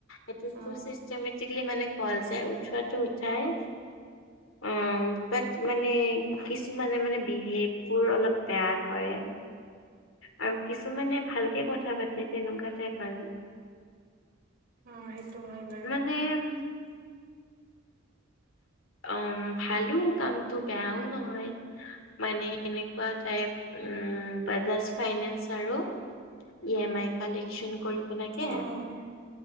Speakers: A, on the left; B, on the right.
A: এইটো
B: অ
A: চিষ্টেমেটিকেলি মানে কল যায় উঠোৱাটো যায় অ বাট মানে কিছুমানে মানে বিহেভ অলপ বেয়া কৰে। আৰু
B: অ
A: কিছুমানে ভালকে কথা পাতে তেনেকুৱা টাইপ আৰু।
B: অ সেইটো হয় বাৰু।
A: মানে- অম ভালো কামটো বেয়াও নহয়। মানে এনেকুৱা টাইপ উ বাজাচ ফাইনেন্স আৰু- ই এম আই কালেকশ্যন কৰিব লাগে।
B: অ',